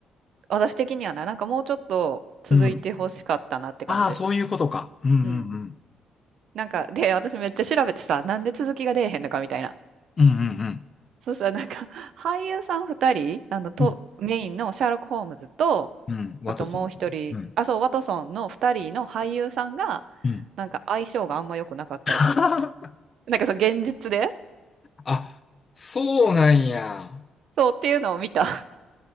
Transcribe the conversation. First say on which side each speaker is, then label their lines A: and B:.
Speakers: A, on the right (about 70°); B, on the left (about 35°).
A: 私的にはな、なんかもうちょっと続いてほしかったなって感じ。
B: うん。ああ、そういうことか。うんうんうん。
A: うん。なんか、で、私めっちゃ調べてさ、なんで続きが出えへんのかみたいな。
B: うんうん
A: そしたらなんか、俳優さん二人、あの、と、
B: うん。うん。
A: メインのシャーロック・ホームズと、
B: うん。ワトソン
A: あともう一人、
B: うん。
A: あ、そう、ワトソンの二人の俳優さんが、
B: うん。
A: なんか相性があんま良くなかったらしい。
B: <laughs>
A: なんかその現実で
B: あ、そうなんや。
A: そうっていうのを見た